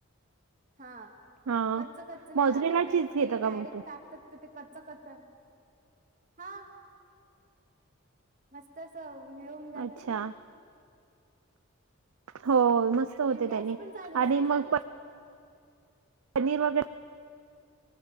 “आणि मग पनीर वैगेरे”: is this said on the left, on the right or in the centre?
Right